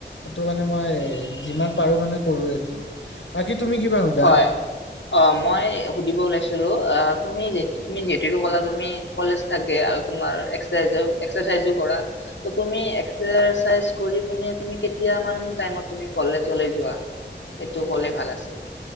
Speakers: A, on the left; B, on the left.
A: এইটো কাৰণে মই যিমান পাৰো মানে কৰোৱেই এইটো। বাকী তুমি কিবা সোধা
B: হয়। অ মই সুধিব ওলাইছিলো অ তুমি যে তুমি যে যিটো ক'লা তুমি কলেজ থাকে, আৰু তোমাৰ এক্সট্ৰা জব, এক্সাৰচাইজ ও কৰা, ত তুমি এক্সাৰচাইজ কৰি পিনে তুমি কেতিয়া মান টাইমত তুমি কলেজলে যোৱা? সেইটো কলে ভাল আছিল।